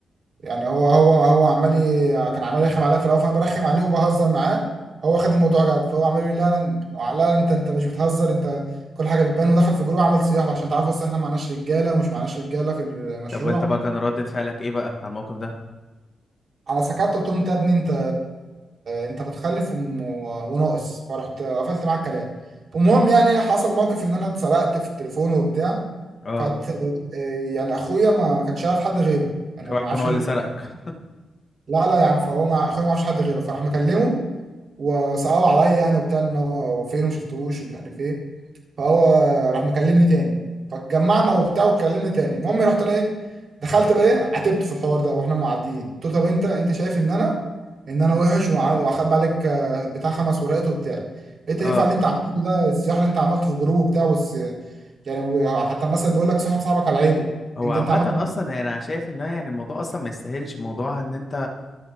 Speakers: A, on the right (about 50°); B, on the left (about 35°).
A: يعني هو هو هو عمال ي- كان عمال يرخم عليا في الاول فانا برخم عليه وبهزر معاه هو خد الموضوع جد فهو عمال يقول لي لا لا لا، انت انت مش بتهزر انت كل حاجه بتبان ودخل في جروب عمل صياح بقى عشان تعرفوا اصل احنا معناش رجاله ومش معناش رجاله في المشروع
B: طب وانت بقى كان ردة فعلك ايه بقى على الموقف ده
A: انا سكت قلت له انت يا ابني انت انت متخلف وم- وناقص فرحت قفلت معاه الكلام المهم يعني حصل موقف ان انا اتسرقت في التليفون وبتاع
B: اه
A: فت يعني اخويا ما كانش عارف حد غيره انا
B: اوعى
A: ما
B: يكون
A: اعرفش
B: هو اللي سرقك
A: لا لا يا عم فهو مع اخويا ما يعرفش حد غيره فراح مكلمه وسألوا عليا يعني وبتاع ان هو هو فين وما شفتهوش ومش عارف ايه فهو راح مكلمني تاني فاتجمعنا وبتاع وكلمني تاني المهم رحت انا ايه دخلت بقى ايه عاتبته في الحوار ده واحنا معديين قلت له طب انت انت شايف ان انا ان انا وحش وع- واخبي عليك آه، بتاع خمس ورقات وبتاع انت ينفع
B: اه
A: اللي انت عملته ده الصياح اللي انت عملته في الجروب وبتاع والس... يعني حتى مثلا بيقول لك صاحب صاحبك على عيبه
B: هو
A: انت
B: عامة
A: انت عملت
B: اصلا
A: ده؟
B: يعني انا شايف ان هو يعني الموضوع اصلا ما يستاهلش موضوع ان انت